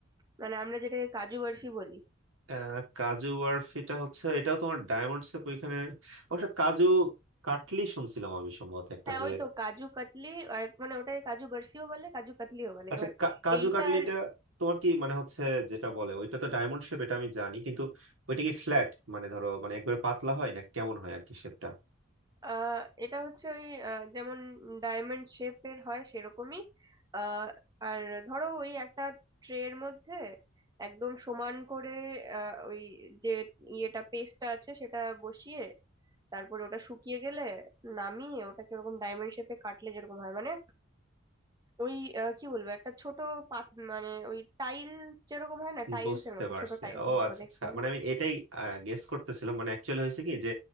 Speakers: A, on the right (about 20°); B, on the right (about 80°).
A: মানে আমরা যেটাকে কাজু বরফি বলি
B: আহ, কাজু বরফিটা হচ্ছে এটাও তোমার ডায়মন্ড শেপ ওইখানে অবশ্য কাজু কাটলি শুনছিলাম আমি সম্ভবত একটা
A: হ্যাঁ
B: যে
A: ওই তো কাজু কাতলি আর মানে ওটাকে কাজু বরফিও বলে কাজু কাতলিও বলে
B: আচ্ছা
A: এবার
B: কা- কাজু
A: এইটা
B: কাটলিটা
A: আর
B: তোমার কি মানে হচ্ছে যেটা বলে ওইটা তো ডায়মন্ড শেপ এটা আমি জানি কিন্তু ওইটা কি ফ্ল্যাট মানে ধরো মানে একবারে পাতলা হয় না কেমন হয় আর কি শেপটা
A: আহ, এটা হচ্ছে ওই আহ, যেমন ডায়মন্ড শেপের হয় সেরকমই আহ, আর ধরো ওই একটা ট্রের মধ্যে একদম সমান করে আহ, ওই যে ইয়েটা পেস্টটা আছে সেটা বসিয়ে তারপরে ওটা শুকিয়ে গেলে নামিয়ে ওটাকে ওরকম ডায়মন্ড শেপে কাটলে যেরকম হয় মানে ওই আহ, কি বলবো একটা ছোট পাত মানে ওই টাইল যেরকম হয় না টাইলস
B: বুঝতে
A: এর মতো
B: পারছি
A: ছোট টাইলস
B: ও
A: এর মতো
B: আচ্ছা
A: দেখতে
B: আচ্ছা
A: হবে
B: মানে আমি এটাই গেস করতেছিলাম মানে অ্যাকচুয়ালি হয়েছে কি যে